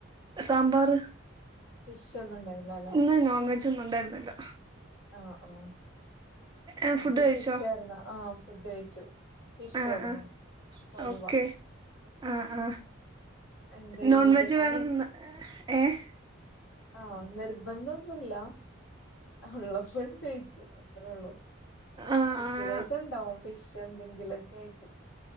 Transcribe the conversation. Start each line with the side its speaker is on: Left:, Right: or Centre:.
Right: സാമ്പാർ
Left: ഫിഷ് ഒന്നും ഉണ്ടായില്ല അല്ലെ
Right: ഇന്ന് നോൺ വെജ് ഒന്നും ഉണ്ടായിരുന്നില്ല
Left: ആ ആഹ്
Right: ഏഹ്
Left: ഞക്ക്
Right: ഫുഡ് കഴിച്ചോ
Left: ഫിഷ് ആയിന്നു ആഹ് ഫുഡ് കഴിച്ചു ഫിഷ്
Right: ആ
Left: ആയിരുന്നു
Right: ആഹ്
Left: കൊഴുവ
Right: ഓക്കെ ആ ആഹ്
Left: എന്തേ
Right: നോൺ
Left: എന്നിട്ട്
Right: വെജ്
Left: പണി
Right: വേണമെന്ന് ഏഹ്
Left: ആഹ് നിർബന്ധൊന്നുല്ല്യ ഹുള്ള ഫുഡ്‌ കഴിക്കും അത്ര ഒള്ളൂ
Right: ആഹ്
Left: മിക്ക
Right: ആഹ്
Left: ദിവസം ഉണ്ടാവും ഫിഷ് എന്തെങ്കിലുംക്കെ ആയിട്ട്